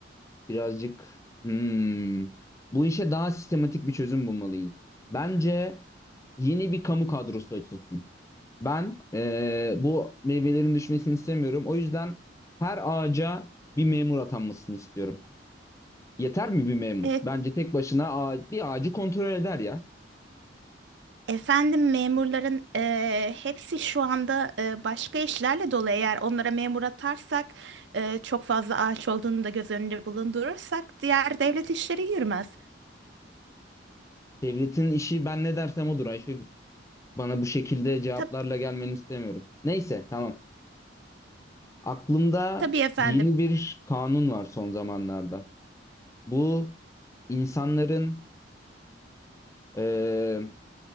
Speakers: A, on the left; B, on the right.
A: birazcık hmm, bu işe daha sistematik bir çözüm bulmalıyız. Bence yeni bir kamu kadrosu açılsın. Ben eee, bu meyvelerin düşmesini istemiyorum. O yüzden her ağaca bir memur atanmasını istiyorum. Yeter mi bir memur?
B: E,
A: Bence tek başına ağa- bir ağacı kontrol eder ya.
B: Efendim memurların eee, hepsi şu anda eee, başka işlerle dolu. Eğer onlara memur atarsak eee, çok fazla ağaç olduğunu da göz önünde bulundurursak diğer devlet işleri yürümez.
A: Devletin işi ben ne dersem odur Ayşegül. Bana bu şekilde cevaplarla
B: Tab
A: gelmeni istemiyorum. Neyse tamam. Aklımda
B: tabii efendim.
A: yeni bir kanun var son zamanlarda. Bu insanların eee,